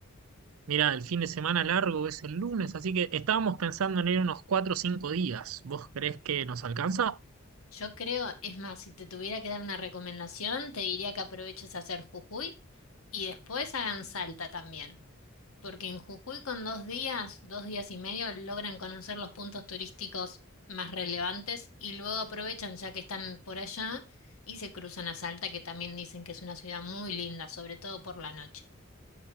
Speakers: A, on the right; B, on the left.
A: Mira, el fin de semana largo es el lunes, así que estábamos pensando en ir unos cuatro o cinco días. ¿Vos creés que nos alcanza?
B: Yo creo, es más, si te tuviera que dar una recomendación, te diría que aproveches a hacer Jujuy y después hagan Salta también, porque en Jujuy con dos días, dos días y medio, logran conocer los puntos turísticos más relevantes y luego aprovechan ya que están por allá y se cruzan a Salta, que también dicen que es una ciudad muy linda, sobre todo por la noche.